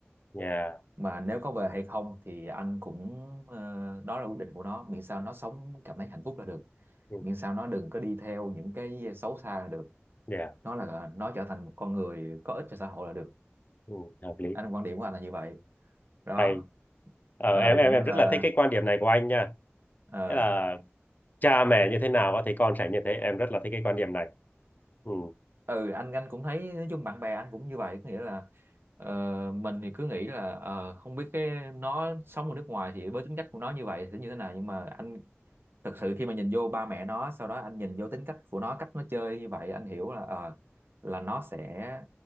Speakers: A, on the left (about 40°); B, on the right (about 55°).
A: dạ
B: mà nếu có về hay không thì anh cũng ờ, đó là quyết định của nó miễn sao nó sống cảm thấy hạnh phúc là được
A: ừ
B: miễn sao nó đừng có đi theo những cái xấu xa là được
A: dạ
B: nó là nó trở thành một con người có ích cho xã hội là được
A: ừ hợp lý.
B: anh quan điểm của anh là như vậy đó
A: Hay. Ờ,
B: ừ
A: em em
B: nên
A: em rất
B: là
A: là thích cái quan điểm này của anh nha.
B: ờ,
A: Nghĩa là cha mẹ như thế nào á thì con sẽ như thế. Em rất là thích cái quan điểm này. Ừ
B: ừ anh anh cũng thấy nói chung bạn bè anh cũng như vậy có nghĩa là ờ, mình thì cứ nghĩ là ờ, không biết cái nó sống ở nước ngoài thì với tính cách của nó như vậy sẽ như thế nào nhưng mà anh thật sự khi mà nhìn vô ba mẹ nó sau đó anh nhìn vô tính cách của nó cách nó chơi như vậy anh hiểu là ờ, là nó sẽ